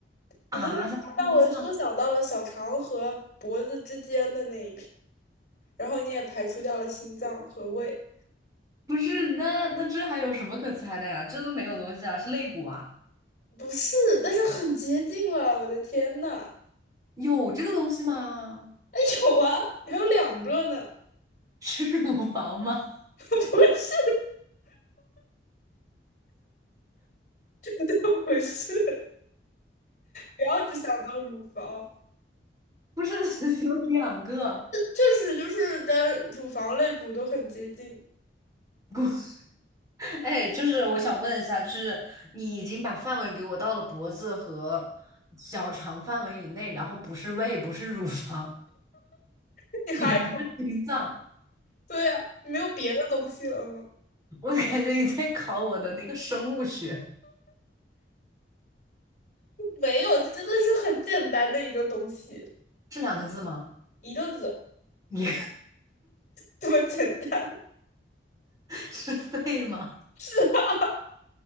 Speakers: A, on the left; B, on the right.
A: 你都已经把范围缩小到了小肠和脖子之间的那一片，
B: 啊，在心脏？
A: 然后你也排除掉了心脏和胃，
B: 不是，那那这还有什么可猜的呀？这都没有东西啊，是肋骨啊？
A: 不是，但是很接近了。我的天呐，
B: 有这个东西吗？
A: 哎，有啊，还有两个呢。
B: 是乳房吗？
A: <laughs> 不是，<laughs> 不是，不要只想到乳房，
B: 不是，<laughs> 有两个
A: 确实就是跟乳房肋骨都很接近。
B: 骨。<laughs> 哎，就是我想问一下，就是你已经把范围给我到了脖子和小肠范围以内，然后不是胃，不是乳房，
A: <laughs> 你还
B: <laughs> 也不是心脏，
A: 对呀、啊你没有别的东西了吗？
B: 我感觉你在考我的那个生物学。
A: 没有，这真的是很简单的一个东西，
B: 是两个字吗？
A: 一个字，
B: 你
A: 这么简单。
B: <laughs> 是肺吗？
A: <laughs> 是啊，